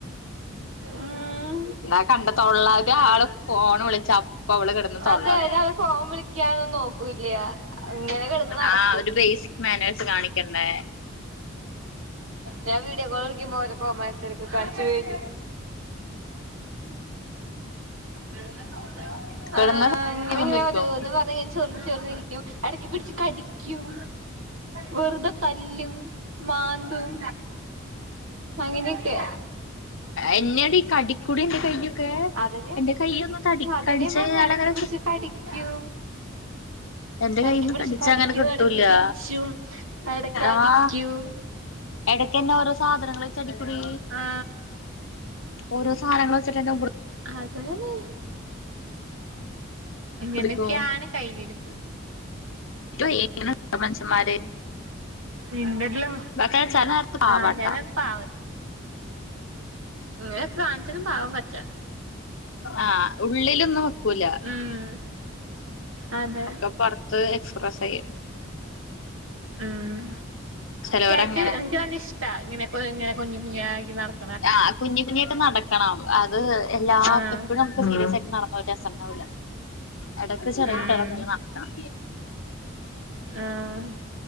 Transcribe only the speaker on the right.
ഉം
അതെ ഒരാള് ഫോൺ വിളിക്ക ക്കതൊന്ന് നോക്കൂല്യ ഇങ്ങനെ കെടന്ന് നടക്കും
ഞാൻ വീഡിയോ കോള് വിളിക്കുമ്പോ ഓരോ കോമാളിത്തരൊക്കെ കാണിച്ചു വരും <unintelligible>
ആഹ് ഇങ്ങനെ
ഇങ്ങനെയോരോന്ന് പറഞ്ഞ് ചൊറിഞ്ഞ് ചൊറിഞ്ഞിരിക്കും എടയ്ക്ക് പിടിച്ച് കടി ക്കും വെറുതെ തല്ലും മാന്തും അങ്ങിനെയൊക്കെ
അതന്നെ
അതന്നെ
ഞാൻ പറഞ്ഞെ
എടക്ക് പിടിച്ച് കടിക്കും
എടക്ക് പിടിച്ച്
കടിക്കും
എടക്ക് പിച്ചും എടക്ക് അടിക്കും
ആ
അതാണ് ഇങ്ങനെയൊക്കെയാണ്
കയ്യിലിരുപ്പ്
നിന്നല്ലോ
ആഹ് ഞാനിപ്പോ <unintelligible> ഇങ്ങനെ കാണിച്ചാലും പാവം കൊച്ചാ
ഉം അതെ
ഉം
ക്യാറ്റ് എനിക്ക് നല്ല ഇഷ്ടാ ഇങ്ങനെ കൊഞ്ഞി കൊഞ്ഞികുഞ്ഞിയായി ഇങ്ങ് നടക്
ആഹ്
ഉം
ആഹ്